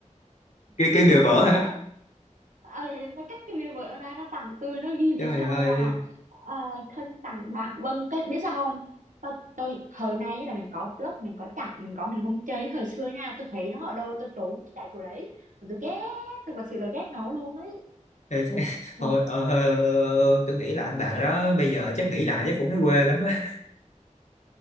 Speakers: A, on the left (about 65°); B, on the right (about 80°).
A: Cái cái bìa vỡ hả?
B: nó ờ, nó cắt cái bìa vợ ra nó tặng tôi nó ghi
A: Trời
B: phía sau
A: ơi.
B: là ờ, thân tặng bạn Vân cái biết sao không tôi, tôi thời nay là mình có blog mình có chặn mình có mình không chơi thời xưa nha tôi thấy nó ở đâu tôi trốn tôi chạy chỗ đấy mà tôi ghét thật là sự là ghét nó luôn ấy
A: Ê, thế,
B: Vâng.
A: thôi ờ, tôi nghĩ là anh bạn đó bây giờ chắc nghĩ lại chắc cũng thấy quê lắm á,